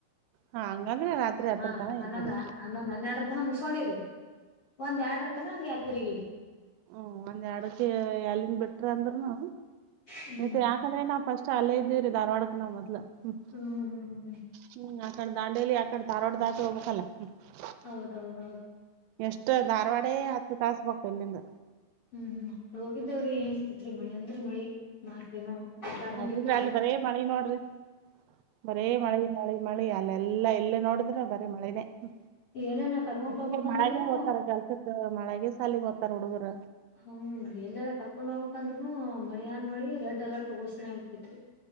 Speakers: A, on the right; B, on the left.
A: ಹಾ ಹಂಗಂದ್ರೆ ರಾತ್ರಿ ಹತ್ತರ
B: ಹಾ
A: ತನ
B: ಹನ್ನೊಂದ್
A: ಇದ್ದೀರಿ
B: ಹನ್ನೊಂದ್ ಹನ್ನೆರರ ತನ ಮುಸ್ಕೊಂಡಿವ್ರಿ ಒಂದ್ ಎರಡ್ ರತನ ಹಂಗೆ ಅದ್ಗಿಗ
A: ಹ್ಮ ಒಂದ್ ಎರಡಕ್ಕೆ ಎಲ್ಲಿನ್ ಬಿಟ್ರ ಅಂದ್ರರುನು
B: ಹ್ಮ್
A: ಮತ್ತ ಯಾಕಂದ್ರೆ ನಾವ ಫಸ್ಟ್ ಚಾಲೆ ಇದೀವಿ ರೀ ಧಾರ್ವಾಡಕ ನ ಮೊದ್ಲು ಹ್ಮ
B: ಹ್ಮ್ ಹ್ಮ್ ಹ್ಮ್ ಹ್ಮ್ ಹ್ಮ್
A: ಹ್ಮ್ ಆಕ ದಾಂಡೇಲಿ ಆಕಡೆ ದಾರ್ವಾಡ್ ದಾತ ಹೋಗ್ಬೇಕಲ್ಲ ಹ್
B: ಹೌದೌದೌದು
A: ಎಷ್ಟ ಧಾರವಾಡೆ ಹತ್ತ ತಾಸ ಹೊಕ್ಕೆನ್ ಇಲ್ಲಿಂದ.
B: ಹ್ಮ್ ಹ್ಮ್ ಹೋಗಿದೇವ್ರಿ ಏನ್ ಆಕೈತ್ರಿ ಮಳೆ ಅಂದ್ರರ ಮಳಿ. ನಾಲ್ಕ ದಿನ ಬಿಡ್ಲರ್ದಂಗ್
A: ಆಗುದ್ರ
B: ಇರ್ತಿ.
A: ಅಲ್ಲಿ ಬರೇ ಮಳಿ ನೋಡ್ರಿ ಬರೇ ಮಳಿ ಮಳಿ ಮಳಿ ಅಲ್ಲೆಲ್ಲಾ ಇಲ್ಲೇ ನೋಡಿದ್ರು ಬರೀ ಮಳೆನೇ. ಹ್
B: ಎಲ್ಲನ ಕರ್ಕೊಂಡ್
A: ಅಲ್ಲಿ
B: ಹೋಗ್ಬೇಕಂದ್ರನು
A: ಮಳ್ಯಗೆ ಹೊತಾರ ಕೆಲ್ಸಕ ಮಳ್ಯಾಗೆ ಸಾಲಿಗಿ ಹೋಗ್ತಾರ ಹುಡುಗುರ.
B: ಹ್ಮ್ ನ್ರಿ ಎಲ್ಲೆರಾ ಕರ್ಕೊಂಡ್ ಹೋಗ್ಬೇಕಂದ್ರುನು ಮಳಿಯಾನ್ ಮಳಿ ರೆಡ್ ಅಲರ್ಟ್ ಘೋಷಣೆ ಆಗ ಬಿಟ್ಟಿತ್ರಿ.